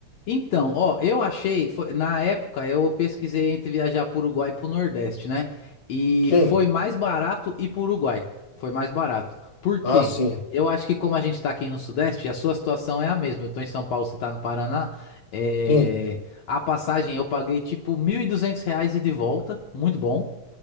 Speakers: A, on the left; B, on the left.
A: então, ó, eu achei, foi- na época eu pesquisei entre viajar para Uruguai e para o Nordeste, né? E
B: Sim.
A: foi mais barato ir para Uruguai. Foi mais barato. Por
B: Ah,
A: quê?
B: sim.
A: Eu acho que como a gente está aqui no Sudeste, a sua situação é a mesma. Eu tô em São Paulo, você tá no Paraná. é,
B: Sim.
A: A passagem eu paguei tipo 1.200 reais e de volta, muito bom,